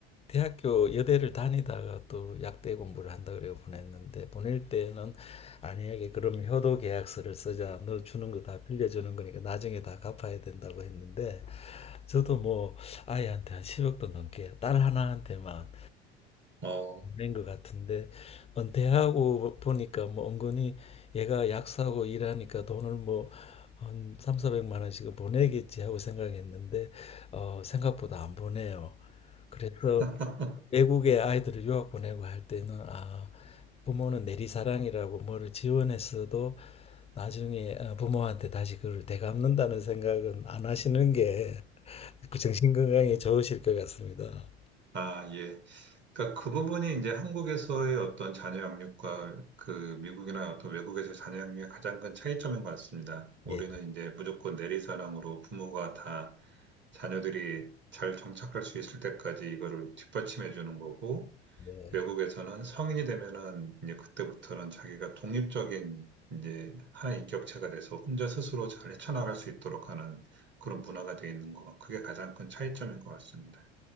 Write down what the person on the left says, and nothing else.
대학교 여대를 다니다가 또 약대 공부를 한다 그래 보냈는데 보낼 때는 아니에게 그럼 효도 계약서를 쓰자 너 주는 거 다 빌려주는 거니까 나중에 다 갚아야 된다고 했는데 저도 뭐 아이한테 한 10억도 넘게 딸 하나한테만
낸 것 같은데 은퇴하고 보니까 뭐 은근히 얘가 약사고 일하니까 돈을 뭐 한 3, 400만 원씩은 보내겠지 하고 생각했는데 어, 생각보다 안 보내요. 그래서
외국에 아이들을 유학 보내고 할 때는 아 부모는 내리사랑이라고 뭐를 지원했어도 나중에 어, 부모한테 다시 그걸 되갚는다는 생각은 안 하시는 게 정신 건강에 좋으실 것 같습니다.
예.
네.